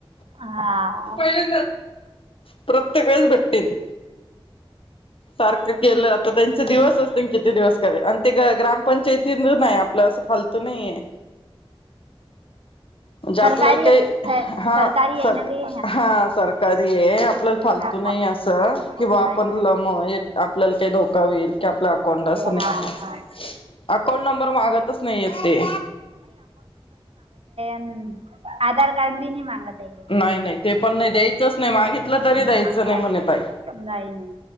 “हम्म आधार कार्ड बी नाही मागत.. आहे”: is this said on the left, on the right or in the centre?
Right